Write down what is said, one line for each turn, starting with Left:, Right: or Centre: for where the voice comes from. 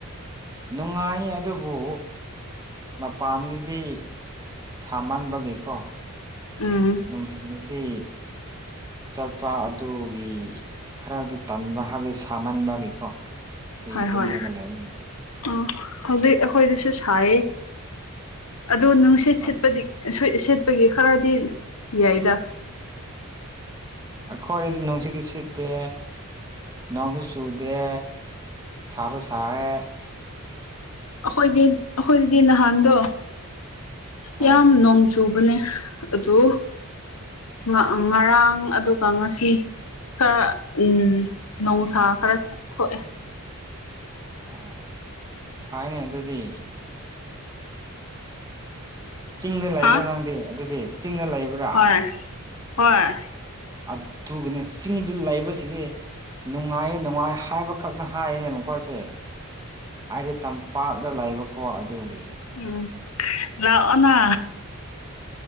Right: ꯅꯨꯡꯉꯥꯏ ꯑꯗꯨꯕꯨ ꯃꯄꯥꯟꯗꯗꯤ ꯁꯥꯃꯟꯕꯒꯤꯀꯣ
Left: ꯎꯝ
Right: ꯅꯨꯡꯊꯤꯜꯗꯗꯤ ꯆꯠꯄ ꯑꯗꯨꯒꯤ ꯈꯔꯗꯤ ꯇꯟꯕ ꯍꯥꯏꯕꯗꯤ ꯁꯥꯃꯟꯕꯒꯤꯀꯣ
Left: ꯍꯣꯏ ꯍꯣꯏ
Right: ꯌꯨꯝꯗꯒ ꯂꯩꯔꯒ
Left: ꯑ ꯍꯧꯖꯤꯛ ꯑꯩꯈꯣꯏꯗꯁꯨ ꯁꯥꯏꯌꯦ꯫ ꯑꯗꯨ ꯅꯨꯡꯁꯤꯠ
Right: ꯑꯣ
Left: ꯁꯦꯠꯄꯗꯤ ꯁꯦꯠꯄꯒꯤ ꯈꯔꯗꯤ ꯌꯥꯏꯗ
Right: ꯑꯩꯈꯣꯏꯔꯗꯤ ꯅꯨꯡꯁꯤꯠꯇꯨ ꯁꯤꯠꯇꯦ ꯅꯣꯡꯁꯨ ꯆꯨꯗꯦ ꯁꯥꯔ ꯁꯥꯏꯌꯦ
Left: ꯑꯈꯣꯏꯗꯤ ꯑꯈꯣꯏꯗꯗꯤ ꯅꯍꯥꯟꯗꯣ
Right: ꯍꯣꯏ
Left: ꯌꯥꯝ ꯅꯣꯡ ꯆꯨꯕꯅꯦ ꯑꯗꯨ ꯉ ꯉꯔꯥꯡ ꯑꯗꯨꯒ ꯉꯁꯤ ꯈꯔ ꯎ ꯅꯧꯁꯥ ꯈꯔ ꯁ ꯊꯣꯛꯑꯦ
Right: ꯑꯣ ꯐꯥꯏꯅꯦ ꯑꯗꯨꯗꯤ ꯆꯤꯡꯗ ꯂꯩꯕ꯭ꯔꯥ
Left: ꯍꯥ
Right: ꯅꯪꯗꯤ ꯑꯗꯨꯗꯤ ꯆꯤꯡꯗ ꯂꯩꯕ꯭ꯔꯥ
Left: ꯍꯣꯏ ꯍꯣꯏ
Right: ꯑꯗꯨꯅꯦ ꯆꯤꯡꯗ ꯂꯩꯕꯁꯤꯒꯤ ꯅꯨꯡꯉꯥꯏꯌꯦ ꯅꯨꯡꯉꯥꯏ ꯍꯥꯏꯕꯈꯛꯅ ꯍꯥꯏꯅꯦ ꯃꯈꯣꯏꯁꯦ ꯑꯩꯗꯤ ꯇꯝꯄꯥꯛꯇ ꯂꯩꯕꯀꯣ ꯑꯗꯨꯒꯤ
Left: ꯎꯝ ꯂꯥꯛꯑꯣꯅ